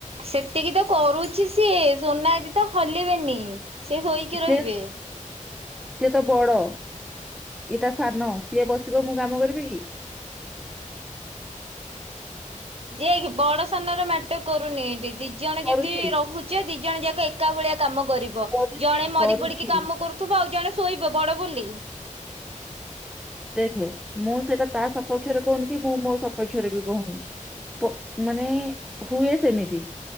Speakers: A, on the right (about 45°); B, in the centre.
A: ସେତିକି ତ କରୁଚି ସିଏ ସୋନା ଦିଦି ତ ହଲିବେନି। ସେ ଶୋଇକି
B: ସେ
A: ରହିବେ।
B: ସିଏ ତ ବଡ ଇଟା ସାନ ସିଏ ବସିବ ମୁଁ କାମ କରିବି କି
A: ଯିଏକି ବଡ ସାନ ର ମ୍ୟାଟର କରୁନି ଏଇଟି। ଜଣେ ଯଦି
B: କରୁଛି
A: ରହୁଚି ଦି ଜଣ ଯାକ ଏକା ଭଳିଆ କାମ କରିବ
B: କରୁଛି
A: ଜଣେ ମରି
B: କରୁଛି
A: ପଡିକି କାମ କରୁ ଥୁବ ଆଉ ଜଣେ ଶୋଇବ ବଡ ବୋଲି
B: ଦେଖେ ମୁଁ ସେଇଟା ତା ସପକ୍ଷରେ କହୁନି କି ମୁଁ ମୋ ସପକ୍ଷରେ ବି କହୁନି। ପ ମାନେ ହୁଏ ସେମିତି।